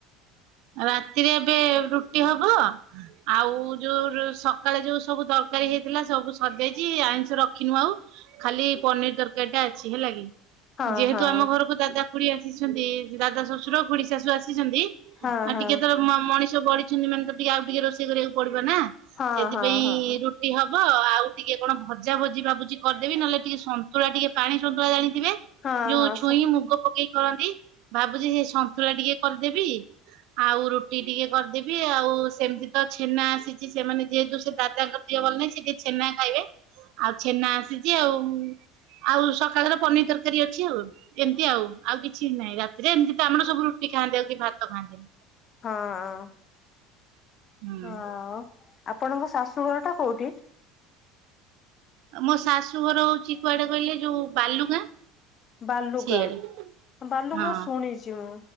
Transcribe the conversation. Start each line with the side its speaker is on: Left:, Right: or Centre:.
Right: ରାତିରେ ଏବେ ରୁଟି ହବ ଆଉ ଯୋଉ ସକାଳେ ଯୋଉ ସବୁ ତରକାରୀ ହେଇଥିଲା ସବୁ ସଜାଇଛି ଆଇଁଷ ରଖିନୁ ଆଉ। ଖାଲି ପନିରି ତରକାରୀ ଟା ଅଛି ହେଲା କି?
Left: ହଁ
Right: ଯେହେତୁ
Left: ହଁ
Right: ଆମ ଘରକୁ ଦାଦା କୁଡି ଆସିଛନ୍ତି ଦାଦା ଶ୍ୱଶୁର କୁଡି ଶାଶୁ ଆସିଛନ୍ତି ଆଉ
Left: ହଁ ହଁ
Right: ଟିକେ ତର ମଣିଷ ବଢିଛନ୍ତି ମାନେ ତ ଟିକେ ଆଉ ଟିକେ ରୋଷେଇ କରିବାକୁ ପଡିବ ନା?
Left: ହଁ
Right: ସେଥିପାଇଁ
Left: ହଁ ହଁ।
Right: ରୁ ଟି ହବ ଆଉ ଟିକେ କଣ ଭଜା ଭଜି ଭାବୁଛି କରିଦେବି ନହେଲେ ଟିକେ ସନ୍ତୁଳା ଟିକେ ପାଣି ସନ୍ତୁଳା ଜାଣିଥିବେ?
Left: ହଁ
Right: ଯୋଉ
Left: ହଁ
Right: ଛୁଇଁ
Left: ସପା
Right: ମୁଗ ପକେଇ କରନ୍ତି ଭାବୁଛି ସେ ସନ୍ତୁଳା ଟିକେ କରିଦେବି। ଆଉ ରୁଟି ଟିକେ କରିଦେବି ଆଉ ସେମିତି ତ ଛେନା ଆସିଛି ସେମାନେ ଯେହେତୁ ସେ ଦାଦାଙ୍କ ଦିଅ ଭଲ ନାହିଁ ସେ ଟିକେ ଛେନା ଖାଇବେ ଆଉ ଛେନା ଆସିଛି ଆଉ। ଆଉ ସକାଳର ପନିର ତରକାରୀ ଅଛି ଆଉ ଏମିତି ଆଉ। ଆଉ କିଛି ନାହିଁ ରାତିରେ ଏମିତି ତ ଆମର ସବୁ ରୁଟି ଖାଆନ୍ତି ଆଉ କି ଭାତ ଖାଆନ୍ତିନି।
Left: ହଁ।
Right: ହୁଁ
Left: ହଁ ଆପଣଙ୍କ ଶାଶୁଘର ଟା କୋଉଠି?
Right: ମୋ ଶାଶୁ ଘର ହଉଛି କୁଆଡେ କହିଲେ ଯୋଉ ବାଲୁଗାଁ?
Left: ବାଲୁଗାଁ
Right: ସେଇଆଡେ
Left: ବାଲୁଗାଁ
Right: ହଁ
Left: ଶୁଣିଛି ମୁଁ।